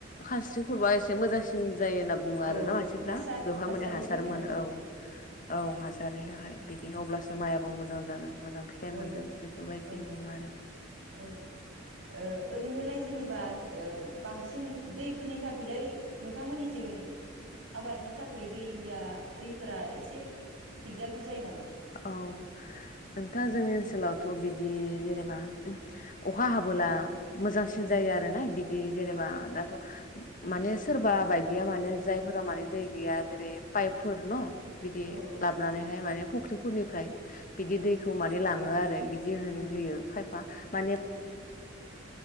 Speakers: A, on the left (about 45°); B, on the right (about 85°).
A: खास्रि खबा एसे मोजांसि जायो होनना बुङो आरोना
B: औ
A: मानसिफ्रा
B: हासार
A: बेवहाय
B: हासारनि
A: माने हासारमोन
B: थाखाय ना
A: औ औ हासारनि थाखाय बिदिनो
B: उम
A: अब्लासो माइआो मोजां जागोन मोजां फि फिथाइ
B: औ
A: मोनगोन बेफोरबायदि
B: औ
A: बुङो आरो।
B: औ ओ ओरैनोलाय जेनेबा ओ बांसिन दैफोरनि थाखायलाय नोंथांमोननिथिं आबादनि थाखाय दैया दैफोरा एसे दिगदारफोर जायो नामा?
A: औ। नोंथाङा जोंनि ओनसोलावथ' बिदि जेनेबा अखा हाबोला मोजांसिन
B: औ
A: जायो आरो ना बिदि जेनेबा दाथ' माने सोरबा बायदिया माने जायफोरा माने दै गैया जेरै पाइपफोर न बिदि
B: औ
A: लाबनानैहाय माने फुख्रिफोरनिफ्राय बिदि
B: औ
A: दैखौ माने लाङो आरो बि बिदि होनो होयो खायफा माने
B: एम।